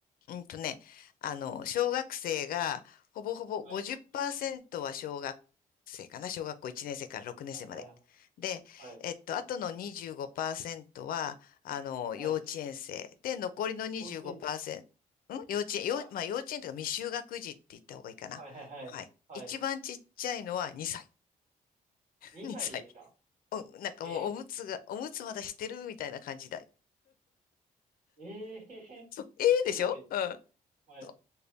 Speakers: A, on the left; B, on the right.
A: うんとね、あの、小学生がほぼほぼ50%
B: はい、
A: は小学生かな、小学校1年生から6年生まで。
B: はい、はいは
A: で、
B: い、はい、
A: えっと、あとの25%は、あの、
B: はい。
A: 幼稚園生。で、残りの25%、
B: 幼稚園生。
A: ん幼稚園、幼、
B: は
A: まあ幼稚園というか未就学児って言った方がいいかな。
B: い、はい、はい、はい。
A: はい。
B: はい。
A: 一番ちっちゃいのは2歳。<laughs>
B: 2歳ですか
A: 2歳。お、なんかもうおむつが、
B: え
A: おむつまだしてるみたいな感じだよ。
B: ええ
A: そう、ええでしょうん。
B: ー、すごい。はい。
A: そ